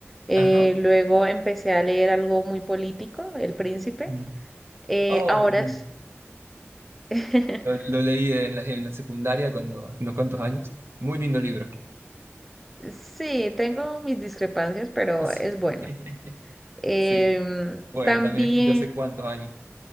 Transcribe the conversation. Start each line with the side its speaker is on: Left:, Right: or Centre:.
Centre: Eh,
Right: Ajá.
Centre: luego empecé a leer algo muy político, El Príncipe.
Right: Bien.
Centre: Eh,
Right: Oh,
Centre: ahora
Right: sí.
Centre: es- <laughs>
Right: Lo, lo leí en la, en la secundaria cuando, hace unos cuantos años. Muy lindo libro.
Centre: sí, tengo mis discrepancias, pero
Right: <laughs>
Centre: es bueno.
Right: Sí.
Centre: Em,
Right: Sí. Pues
Centre: también...
Right: también escrito hace cuántos años.